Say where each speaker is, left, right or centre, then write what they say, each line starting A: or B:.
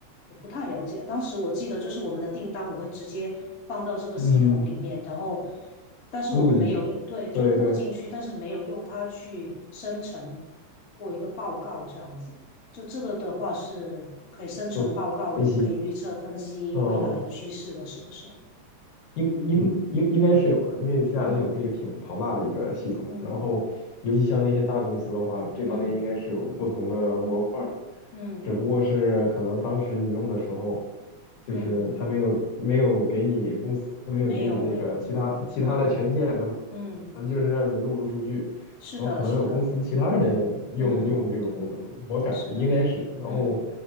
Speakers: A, on the left; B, on the left.
A: 我不太了解。当时我记得就是我们的订单我会直接放到这个系统里面，
B: 嗯，
A: 然后但是我们没有对就录进去，
B: 录进去，对对，
A: 但是没有用它去生成过一个报告这样子。就这个的话是可以生成报告，
B: 做分析，
A: 也可以预测分析未来的趋势的，
B: 嗯嗯。哦
A: 是不是？
B: 应应应应该是有的，因为 CRM
A: 嗯
B: 系统是一个挺庞大的一个系统，
A: 嗯
B: 然后尤其像那些大公司的话，这方面应该是有不同的模块儿，
A: 嗯嗯
B: 只不过是可能当时你用的时候，就是它没有没有给你公司没有给你那个其他其他的权限，
A: 嗯，没有没有，嗯
B: 可
A: 嗯，
B: 能就是让你录入数据，
A: 是的，
B: 然后可能有公司其他人用用这个功能，
A: 是的，嗯，
B: 我感应该是，
A: 是的，
B: 然后
A: 嗯。